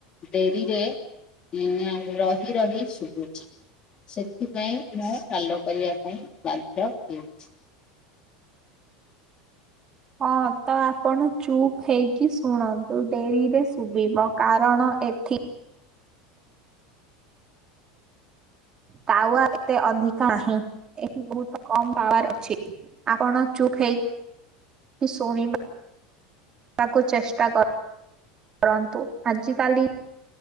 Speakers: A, on the left (about 30°); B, on the right (about 25°).
A: ଡେରିରେ ଉ ରହି ରହି ଶୁଭୁଚି। ସେଥିପାଇଁ ମୁଁ କାଲ କରିବା ପାଇଁ ବାଧ୍ୟ ହୋଇଚି।
B: ହଁ ତ ଆପଣ ଚୁପ୍ ହେଇକି ଶୁଣନ୍ତୁ ଡେରିରେ ଶୁଭିବ କାରଣ ଏଥିି ପାୱାର ଏତେ ଅଧିକ ନାହିଁ ଏଠି ବହୁତ କମ ପାୱାର ଅଛି। ଆପଣ ଚୁପ୍ ହେଇକି ଶୁଣିବ ବାକୁ ଚେଷ୍ଟା କର। କରନ୍ତୁ । ଆଜିକାଲି